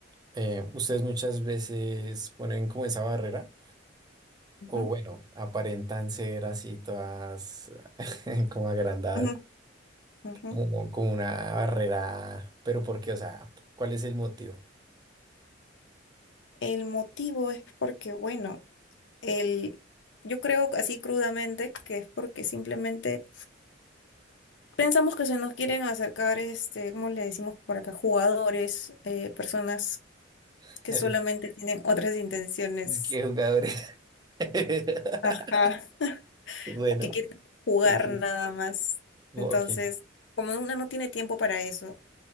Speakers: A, on the right; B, on the left.
A: eh, ustedes muchas veces ponen como esa barrera,
B: Ujú,
A: o bueno, aparentan ser así todas <laughs> como agrandadas,
B: ujú, ujú.
A: como, como una barrera, pero ¿por qué? O sea, ¿cuál es el motivo?
B: El motivo es porque, bueno, el, yo creo así crudamente que es porque simplemente pensamos que se nos quieren acercar, este, ¿cómo le decimos por acá? Jugadores, eh, personas
A: <laughs>
B: que solamente tienen otras intenciones,
A: Es que jugadores. <laughs>
B: ajá, <laughs>
A: Bueno.
B: que quieren jugar
A: Ok,
B: nada más.
A: ok,
B: Entonces, como una no tiene tiempo para eso